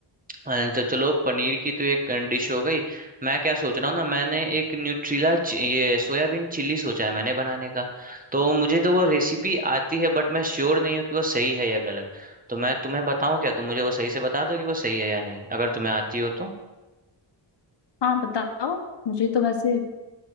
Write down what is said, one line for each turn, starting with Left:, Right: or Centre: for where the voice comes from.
Right: अ, तो चलो पनीर की तो एक डिश हो गई मैं क्या सोच रहा हूँ ना मैंने एक न्यूट्रीला चि- ये सोयाबीन चिल्ली सोचा है मैंने बनाने का तो मुझे तो वो रेसिपी आती है बट मैं श्योर नहीं हूँ कि वो सही है या गलत तो मैं तुम्हें बताऊँ क्या तुम मुझे वो सही से बता दो कि वो सही है या नहीं अगर तुम्हें आती हो तो
Left: हाँ बताओ मुझे तो वैसे